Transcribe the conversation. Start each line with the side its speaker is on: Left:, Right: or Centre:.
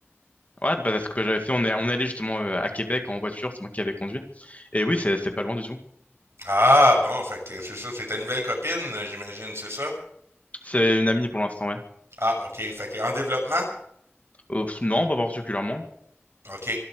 Left: Ouais, bah, c'est ce que j'avais fait, on est, on est allé justement euh, à Québec en voiture, c'est moi qui avais conduit. Et oui, c'est c'est pas loin du tout.
Right: Ah, bon, fait que c'est ça, c'est ta nouvelle copine, euh, j'imagine, c'est ça?
Left: C'est une amie pour l'instant, ouais.
Right: Ah, ok, fait que en développement?
Left: Euh, pff, non, pas particulièrement.
Right: Ok.